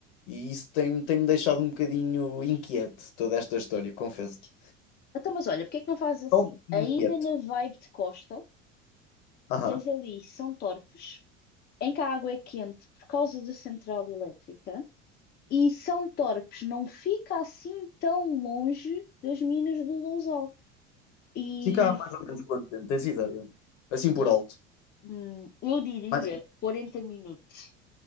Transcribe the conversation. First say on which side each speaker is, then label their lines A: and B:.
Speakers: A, on the left; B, on the left.
A: E isso tem, tem-me deixado um bocadinho inquieto, toda esta história, confesso-te.
B: Então, mas olha, porque é que não fazes assim?
A: Talvez Inquieto.
B: Ainda na vibe de Costa,
A: Aham.
B: tens ali São Torpes, em que a água é quente por causa da central elétrica. E São Torpes não fica assim tão longe das minas do Lousal. E
A: Fica há mais ou menos quanto tempo, tens ideia? Assim por alto.
B: hum, eu diria
A: Mais...
B: 40 minutos.